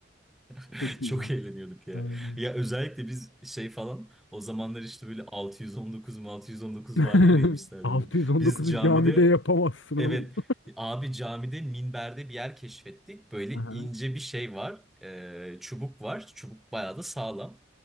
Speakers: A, in the centre; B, on the left (about 70°).
A: <laughs>
B: Çok
A: Çok
B: iyi.
A: eğleniyorduk ya.
B: Aynen.
A: Ya özellikle biz şey falan o zamanlar işte böyle 619 mu 619
B: <laughs>
A: vardı ya Rey Mysterio'nun.
B: 619'u
A: Biz camide
B: camide yapamazsın oğlum.
A: Evet abi camide minberde bir yer keşfettik. Böyle
B: Aha.
A: ince bir şey var. e, çubuk var. Çubuk bayağı da sağlam.